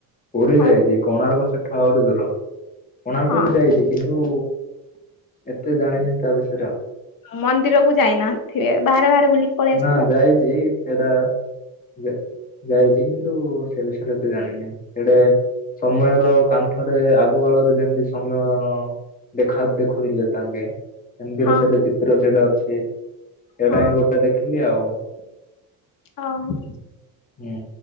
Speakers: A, on the left; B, on the left.
A: ପୁରୀ ଯାଇଚି
B: ଆଉ
A: କୋଣାର୍କ ସେଠୁ ଆହୁରି ଦୂର। କୋଣାର୍କ
B: ହଁ
A: କୁ ଯାଇଚି କିନ୍ତୁ ଏତେ ଜାଣିନି ତା ବିଷ
B: ମନ୍ଦିରକୁ ଯାଇନାହାଥିବେ ବାହାରେ ବାହାରେ ବୁଲିକି ପଳେଇ ଆସିଥିବେ
A: ନା
B: ଆଉ।
A: ଯାଇଚି ସେଟା ଯା-ଯାଇଛି କିନ୍ତୁ ସେ ବିଷୟରେ ଏତେ ଜାଣିନି ସେଟେ ସମୟର କାନ୍ଥରେ ଆଗ କାଳରେ ଯେମିତି ସମୟ ଦେଖା ଦେଖୁ ଥିଲେ ତାଙ୍କେ। ଏମିତିର
B: ହଁ
A: ସେଇଟେ ଚିତ୍ର ସେଟେ ଅଛି ସେଇଟା
B: ହଁ
A: ହିଁ ଗୋଟେ ଦେଖି ଥିଲି ଆଉ
B: ଓହୋ।
A: ହୁଁ